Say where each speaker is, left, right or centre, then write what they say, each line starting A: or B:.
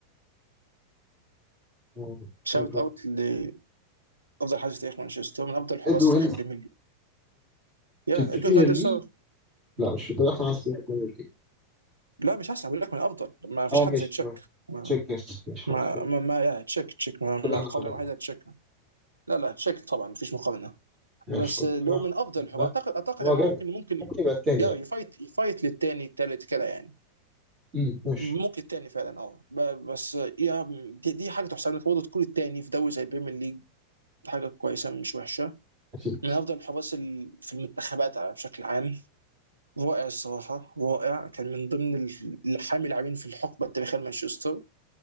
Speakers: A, on the right; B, on the right.
A: مم.
B: شاوت
A: ادو
B: اوت لافضل حارس في تاريخ مانشستر من افضل الحراس
A: ادوين
B: في تاريخ البريمير ليج يا
A: في البريمير
B: ادوارد فان نيسار
A: ليج لا مش في طريق احسن حاسس في البريمير ليج
B: لا مش احسن بقول لك من افضل ما فيش
A: اه
B: حد
A: ماشي
B: زي تشيك
A: تمام
B: ما
A: تشيك يس ماشي خلاص
B: ما
A: كده
B: ما, ما يا تشيك تشيك ما,
A: كده
B: ما
A: احنا
B: قولا
A: حللنا
B: واحدا تشيك لا لا تشيك طبعا مفيش مقارنه
A: ماشي
B: بس
A: طب
B: اللي
A: انا
B: هو من
A: عندي
B: افضل الحروب
A: المركز
B: اعتقد اعتقد
A: هو
B: يعني
A: جامد
B: هو ممكن ممكن
A: ممكن يبقى التاني
B: يا
A: يعني
B: يفايت يفايت للتاني التالت كده يعني
A: امم ماشي
B: ممكن التاني فعلا اه ب- بس يا دي, دي حاجه تحسب لك برضه تكون التاني في دوري زي البريمير ليج حاجه كويسه مش وحشه
A: اكيد
B: من افضل الحراس ال- في المنتخبات بشكل عام رائع الصراحه رائع كان من ضمن ال- الحامي لاعبين في الحقبه التاريخيه لمانشستر